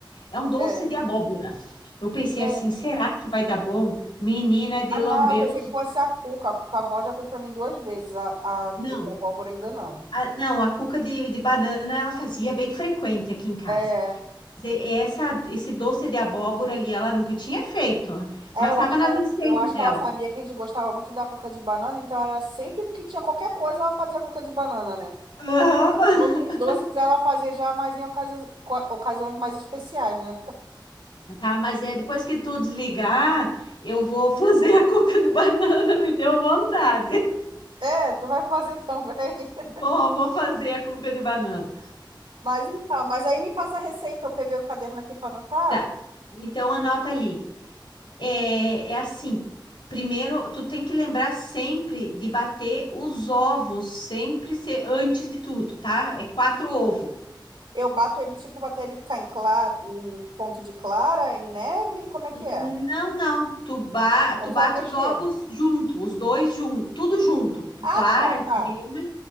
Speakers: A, on the left; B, on the right.
A: É um doce
B: É.
A: de abóbora. Eu pensei
B: é.
A: assim, será que vai dar bom? Menina de
B: Ah,
A: lambeus.
B: não, eu pensei que fosse a Cuca. A Cuca Vó já fez pra mim duas vezes. A, a,
A: Não,
B: e a Pólvora ainda não.
A: a- não, a cuca de, de banana ela fazia bem frequente aqui em casa.
B: É,
A: Ze- Essa, esse doce de abóbora ali ela nunca tinha feito,
B: é,
A: mas
B: eu
A: estava
B: acho
A: nas
B: que ela,
A: receitas
B: eu acho
A: dela.
B: que ela sabia que a gente gostava muito da cuca de banana, então era sempre que tinha qualquer coisa, ela fazia cuca de banana, né?
A: Aham.
B: E os outros
A: <laughs>
B: doces ela fazia já mais em ocasi- co- ocasiões mais especiais, né?
A: Tá, mas é depois que tu desligar, eu vou fazer a cuca de banana, <laughs> me deu vontade.
B: É, tu vai fazer também. <laughs>
A: Vou, vou fazer a cuca de banana.
B: Mas então, mas aí me passa a receita, eu peguei o caderno aqui para anotar,
A: Tá. Então anota ali. É, é assim. Primeiro, tu tem que lembrar sempre de bater os ovos, sempre ser antes de tudo, tá? É quatro ovos.
B: eu bato ele tipo até ele ficar em clara, em ponto de clara, em neve, como é que é?
A: Não, não. Tu, ba tu
B: É só
A: bate
B: mexer.
A: os ovos junto, os dois junto, tudo junto.
B: Ah,
A: Clara,
B: tá, tá.
A: gema,